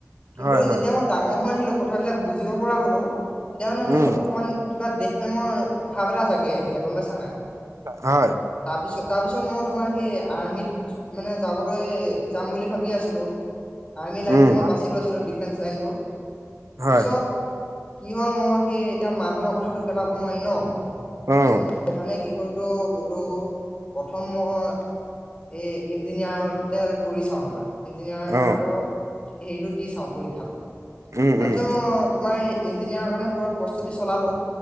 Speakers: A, on the left (about 20°); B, on the right (about 85°).
A: কিন্তু
B: হয় হয়
A: যেতিয়া মই ডাঙৰ হৈ আহিলো কথাবিলাক বুজিব পৰা হ'লো। এতিয়া মানে মোৰ
B: উম
A: অকমান কিবা দেশ প্ৰেমৰ ভাৱ এটা জাগে আহিলে গম পাইছা নাই।
B: হয়।
A: তাৰপিছত তাৰ পিছত মই তোমাৰ সেই আৰ্মিত মানে যাবলৈ যাম বুলি ভাবি আছিলো। আৰ্মি লাইনটো
B: উম
A: মই বাছি লৈছিলোঁ ডিফেন্স লাইনটো।
B: হয়
A: পিছত- কি হ'ল মই সেই এতিয়া মাহঁতৰ কথাটো পেলাব নোৱাৰি ন তাৰপিছত
B: অ
A: মই সেইকাৰণে কি- কৰিলোঁ বোলো প্ৰথম মই- এই ইঞ্জিনিয়াৰতে কৰি চাওঁ এবাৰ। ইঞ্জিনিয়াৰৰ
B: অ
A: হেৰিটো দি চাওঁ পৰীক্ষাটো। তাৰপিছত
B: উম উম
A: মই- তোমাৰ এই ইঞ্জিনিয়াৰৰ কাৰণে পুৰা প্ৰস্তুতি চলালোঁ।